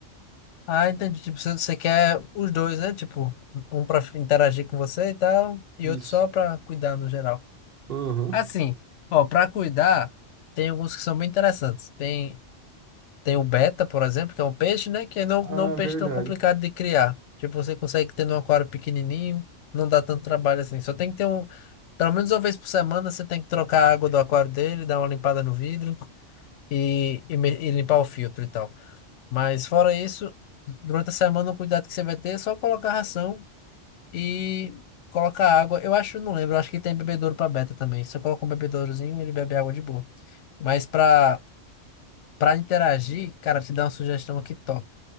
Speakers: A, on the left (about 75°); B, on the right (about 50°).
A: Ah, entendi. Tipo, você você quer os dois, né? Tipo, um pra interagir com você e tal, e
B: Isso.
A: outro só pra cuidar no geral.
B: Aham.
A: Assim, ó, pra cuidar, tem alguns que são bem interessantes. Tem Tem o beta, por exemplo, que é um peixe, né? Que não,
B: Ah,
A: não é um peixe
B: verdade.
A: tão complicado de criar. Tipo, você consegue ter num aquário pequenininho, não dá tanto trabalho assim. Só tem que ter um. Pelo menos uma vez por semana você tem que trocar a água do aquário dele, dar uma limpada no vidro e, e, me- e limpar o filtro e tal. Mas fora isso, durante a semana o cuidado que você vai ter é só colocar ração e colocar água. Eu acho, não lembro, eu acho que tem bebedouro para beta também. Você coloca um bebedourozinho, ele bebe água de boa. Mas para para interagir, cara, te dá uma sugestão aqui top.